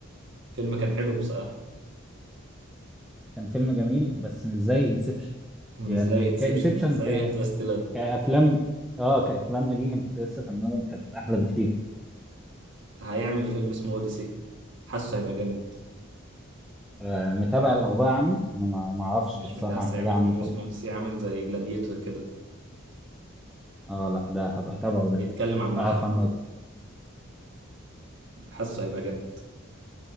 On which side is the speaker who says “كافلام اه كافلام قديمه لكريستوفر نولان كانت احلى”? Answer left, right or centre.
Centre